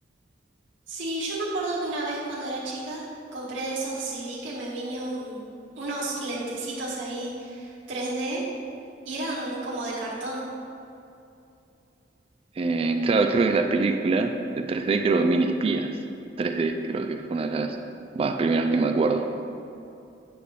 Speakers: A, on the right; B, on the right.
A: Sí, yo me acuerdo que una vez cuando era chica compré de esos CD que me vinieron unos lentecitos ahí tres d y eran como de cartón.
B: Eh, claro, creo que la película de 3D, creo que Mini Espías 3D, creo que fue una de las bah, primeras que me acuerdo.